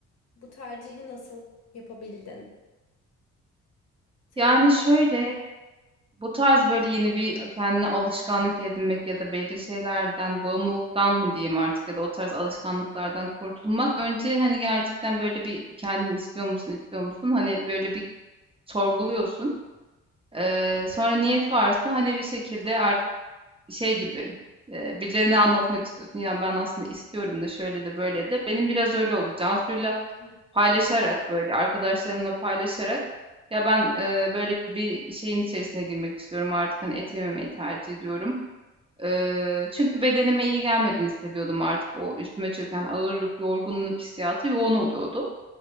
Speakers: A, on the left (about 55°); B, on the right (about 20°).
A: bu tercihi nasıl yapabildin? Seni
B: Yani
A: bu
B: şöyle bu tarz böyle yeni bir kendine alışkanlık edinmek ya da belli şeylerden bağımlılıktan mı diyeyim artık ya da o tarz alışkanlıklardan kurtulmak. Önce hani gerçekten böyle bir kendini istiyor musun, istiyor musun? Hani böyle bir sorguluyorsun. Ee, sonra niyet varsa hani bir şekilde şey gibi e, birilerine anlatmak istiyorsun. Ya ben aslında istiyorum da şöyle de böyle de. Benim biraz öyle oldu. Cansu'yla
A: Hı.
B: paylaşarak böyle arkadaşlarımla paylaşarak ya ben e, böyle bir şeyin içerisine girmek istiyorum artık hani et yememeyi tercih ediyorum. E, çünkü bedenime iyi gelmediğini hissediyordum artık o üstüme çöken ağırlık, yorgunluk hissiyatı yoğun oluyordu.